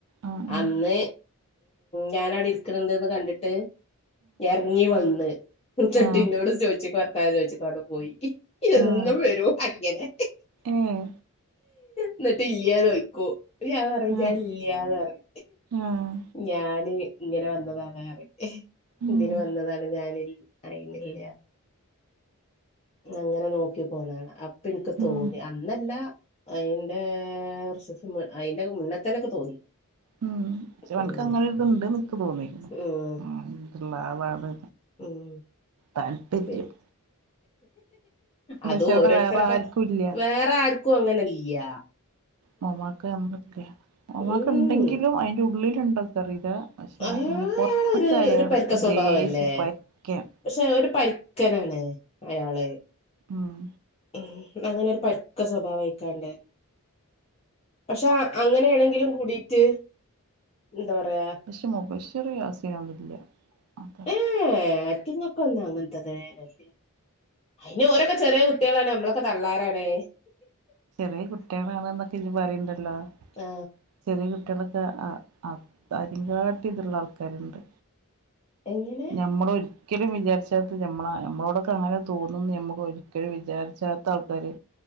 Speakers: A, on the right; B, on the left.
A: ആഹ് ആഹ്
B: അന്ന് ഞാന് ഔടെ ഇരിക്ണ്ണ്ണ്ട്ന്ന് കണ്ട്ട്ട് എറങ്ങി വന്ന് ന്നട്ട്
A: ആഹ് ആഹ്
B: ഇന്നോട് ചോയ്ച്ചക്കാ <unintelligible> ചോയ്ച്ചക്കാ ഔടെ പോയി ഇന്ന്
A: ആഹ്
B: വെരോ അങ്ങനെ
A: ഏഹ്
B: ന്നട്ട് ഇല്ല്യാന്ന് യ്ക്കും ഞാൻ പറിം ഞാൻ
A: ആഹ്
B: ഇല്ല്യാന്ന് പറിം
A: ആഹ്
B: ഞാന് ഇങ്ങനെ വന്നതാണ് അറിം
A: ഉം
B: ഇതിന് വന്നതാണ് ഞാന് അയിനില്ല അങ്ങനെ നോക്കി പോണാണ അപ്പൊൻക്ക്
A: ഉം
B: തോന്നി അന്നല്ല അയ്ന്റെ കൊർച്ചീസം മു അയ്ന്റെ മുന്നത്തന്നെ ന്ക് തോന്നി
A: ഉം ഷെ ഓൻക്ക്‌
B: ഉം,
A: അങ്ങനെ ഇതുണ്ട്ന്ന് ഇൻക്ക്‌ തോന്നിക്ക്‌ണ്
B: ഉം,
A: അങ്ങനെ ത്ള്ളാളാണ്
B: ഉം
A: താല്പര്യം
B: പി- അത്
A: പക്ഷെ അവിടെ
B: ഓരോരുത്തരൊക്ക
A: വേറെ ആർക്കും ഇല്ല
B: വേറാര്ക്കും അങ്ങനെല്യ
A: മൊമ്മാക്ക ഞമ്മളെ ക്ക മോമാക്കാണ്ടെങ്കിലും
B: ഉം
A: അയിന്റെ ഉള്ളിൽണ്ടോ ക്കറീല പക്ഷേ
B: അയാൾ
A: അങ്ങനെ പൊർത്ത്ക്കെയറ്
B: അയാളൊരു ഒരു പരുക്ക സ്വഭാവല്ലേ
A: ദേശ <unintelligible>
B: പക്ഷെ ഒരു പരിക്കനാണ് അയാള്
A: ഉം
B: ഉം അങ്ങനെ ഒരു പര്ക്ക സ്വഭാവായിക്കാണ്ട് പക്ഷെ അങ്ങനെണെങ്കിലും കൂടിട്ട് എന്താ പറയാ
A: പക്ഷെ മുബഷിറേം യാസീനൊന്നുല്ല അതറിയാം
B: ഏ ഏ അയ്റ്റിങ്ങക്കൊന്നും അങ്ങൻത്തെതെ നില്ലാ അയ്ന് ഓരൊക്കെ ചെറിയ കുട്ട്യാളാണ് നമ്മളൊക്കെ തള്ളാരാണ്
A: ചെറിയ കുട്ടിളാണ്ന്നൊക്കെ ഇജ് പറയ്ണ്ടല്ലോ
B: ആ
A: ചെറിയ കുട്ട്യാളൊക്കെ അ അ അതിന്കാട്ടിം ത്ള്ള ആൾക്കാര്ണ്ട്
B: എങ്ങനെ
A: ഞമ്മളൊര് രിക്കലും വിചാരിച്ചാത്ത ഞമ്മളാ ഞമ്മളോടൊക്കെ അങ്ങനെ തോന്നുംന്ന് ഞമ്മക്ക് ഒരിക്കലും വിചാരിച്ചാത്താൾക്കാര്